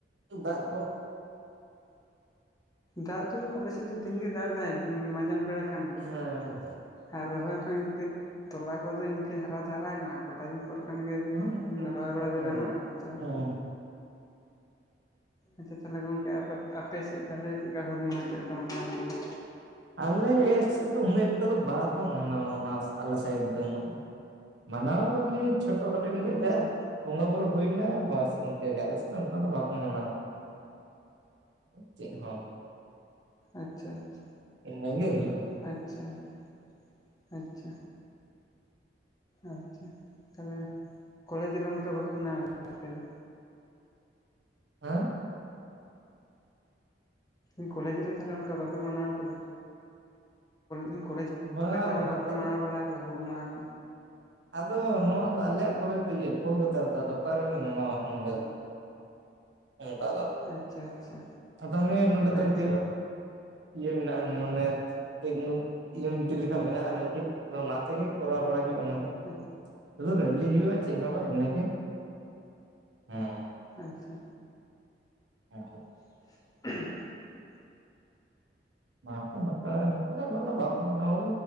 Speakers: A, on the right; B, on the left.
A: ᱫᱟᱜ ᱠᱚ?
B: ᱫᱟᱜ ᱫᱚ ᱟᱞᱮ ᱥᱮᱫ ᱫᱚ ᱫᱤᱱᱜᱮ ᱫᱟᱜ ᱮ ᱫᱟᱭ ᱢᱟᱡᱟᱱ ᱵᱮᱲᱟ ᱠᱷᱟᱱ ᱜᱮ᱾
A: ᱦᱮᱸ
B: ᱟᱨ ᱨᱚᱦᱚᱭ ᱠᱚ ᱤᱝᱠᱟᱹ ᱛᱚᱞᱟ ᱠᱚᱫᱚ ᱤᱝᱠᱟᱹ ᱦᱟᱨᱟ ᱫᱚ ᱦᱟᱨᱟ ᱠᱟᱱᱟ ᱟᱨ ᱠᱚᱴᱟ ᱫᱤᱱ ᱯᱚᱨ ᱠᱷᱟᱱ ᱜᱮ
A: ᱦᱮᱸ
B: ᱨᱚᱦᱚᱭ ᱵᱟᱲᱟ ᱫᱚ ᱜᱟᱱᱚᱜ-ᱟ ᱛᱚ᱾
A: ᱦᱮᱸ
B: ᱟᱪᱪᱷᱟ ᱛᱟᱦᱚᱞᱮ ᱜᱚᱝᱠᱮ ᱟᱯᱮ ᱥᱮᱫ ᱛᱟᱦᱚᱞᱮ ᱪᱮᱫ ᱞᱮᱠᱟ ᱦᱩᱞ ᱢᱟᱦᱟ ᱪᱮᱫ ᱞᱮᱠᱟ ᱢᱟᱱᱟᱣ ᱦᱩᱭᱮᱱᱟ?
A: ᱟᱞᱮ ᱥᱮᱫ ᱫᱚ ᱩᱱᱟᱹᱜ ᱮᱠᱴᱟ ᱫᱚ ᱵᱟᱠᱚ ᱢᱟᱱᱟᱣᱟ ᱚᱱᱟ ᱟᱞᱮ ᱥᱟᱭᱤᱰ ᱫᱚ ᱩᱱᱟᱹᱜ ᱫᱚ᱾ ᱢᱟᱱᱟᱣ ᱠᱟᱹᱫᱤᱧᱟᱹ ᱪᱷᱳᱴᱳ ᱠᱚᱫᱚ ᱧᱩᱭ
B: ᱟᱪᱪᱷᱟ
A: ᱜᱮᱭᱟ ᱵᱚᱸᱜᱟ ᱵᱩᱨᱩ ᱦᱩᱭᱱᱟ ᱵᱟᱥ ᱤᱱᱠᱟᱹ ᱜᱮ ᱟᱞᱮ ᱥᱮᱫ ᱫᱚ ᱚᱱᱠᱟ ᱫᱚ ᱵᱟᱠᱚ ᱢᱟᱱᱟᱣᱟ᱾ ᱪᱮᱫ ᱦᱚᱸ
B: ᱟᱪᱪᱷᱟ ᱟᱪᱪᱷᱟ
A: ᱤᱱᱟᱹᱜᱮ ᱦᱩᱭᱩᱜᱼᱟ᱾
B: ᱟᱪᱪᱷᱟ ᱟᱪᱪᱷᱟ ᱟᱪᱪᱷᱟ ᱟᱪᱪᱷᱟ ᱛᱟᱦᱚᱞᱮ ᱠᱚᱞᱮᱡᱽ ᱨᱮ ᱚᱱᱠᱟ ᱵᱟᱯᱮ ᱢᱟᱱᱟᱣ ᱟᱠᱟᱫᱟ ᱟᱯᱮ ᱫᱚ?
A: ᱦᱮᱸ
B: ᱤ ᱠᱚᱞᱮᱡᱽ ᱨᱮ ᱛᱟᱦᱚᱞᱮ ᱚᱱᱠᱟ ᱵᱟᱯᱮ ᱢᱟᱱᱟᱣ ᱟᱠᱟᱫᱟ ᱤᱧ ᱠᱚᱞᱮᱡᱽ
A: ᱵᱟ
B: ᱚᱱᱠᱟ ᱛᱟᱞᱮ
A: ᱵᱟᱝ ᱟᱫᱚ
B: ᱵᱟᱯᱮ ᱢᱟᱱᱟᱣ ᱵᱟᱲᱟ ᱠᱟᱫᱟ ᱦᱩᱞ ᱢᱟᱦᱟ ᱠᱚ᱾
A: ᱟᱫᱚ ᱱᱚᱣᱟ ᱫᱚ ᱟᱞᱮᱭᱟᱜ ᱠᱚᱞᱮᱡᱽ ᱫᱚ ᱤᱭᱟᱹ ᱠᱳᱞᱠᱟᱛᱟ ᱨᱮᱫᱚ ᱟᱫᱚ ᱚᱠᱟᱨ ᱨᱮᱵᱮᱱ ᱢᱟᱱᱟᱣᱟ ᱱᱚᱰᱮ᱾ ᱚᱱᱠᱟ ᱫᱚ
B: ᱟᱪᱪᱷᱟ ᱟᱪᱪᱷᱟ
A: ᱟᱫᱚ <unintelligible> ᱫᱚ ᱢᱤᱫᱴᱟᱡ
B: ᱟᱪᱪᱷᱟ
A: ᱤᱭᱟᱹ ᱵᱟᱝ ᱢᱟᱱᱮ ᱯᱨᱮᱜᱮᱱᱮ ᱮᱢᱴᱤ ᱞᱮᱠᱟ ᱢᱮᱱᱟᱜ-ᱟ ᱢᱤᱫᱴᱷᱮᱱ ᱫᱚ ᱚᱱᱟ ᱛᱮᱜᱮ ᱠᱚᱨᱟᱣ ᱵᱟᱲᱟᱭ ᱦᱩᱭᱩᱜ-ᱟ ᱱᱚᱰᱮ
B: ᱟᱪ
A: ᱥᱩᱫᱩ ᱨᱮᱞᱤ ᱦᱩᱭᱩᱜ-ᱟ ᱪᱮᱫ ᱦᱚᱸ ᱵᱟᱝ ᱤᱱᱟᱹᱜᱮ ᱦᱮᱸ
B: ᱟᱪᱪᱷᱟ
A: ᱟᱪᱪᱷᱟ
B: <inaudible>
A: ᱵᱟᱠᱚ <unintelligible> ᱢᱟᱱᱟᱣ